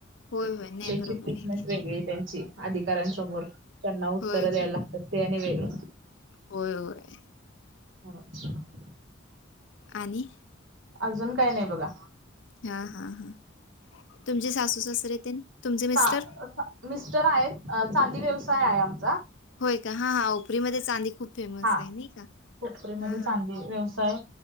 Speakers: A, on the left; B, on the right.
A: होय होय नाही
B: त्याची
A: बरोबर
B: ट्रीटमेंट
A: आहे की
B: वेगळी त्यांची अधिकाऱ्यांसमोर. त्यांना उत्तर
A: होय होय
B: द्यायला लागतात ते आणि वेगळ.
A: होय होय.
B: घरातलं.
A: आणि
B: अजून काय नाही बघा.
A: हा हा हा तुमचे सासू सासरे तेन. तुमचे मिस्टर
B: सा अ सा मिस्टर आहेत चांदी व्यवसाय आहे आमचा.
A: होय का हां हा हुपरीमध्ये चांदी खूप फेमस
B: हा
A: आहे नाही का?
B: हुपरीमध्ये
A: हा हा
B: चांदी व्यवसाय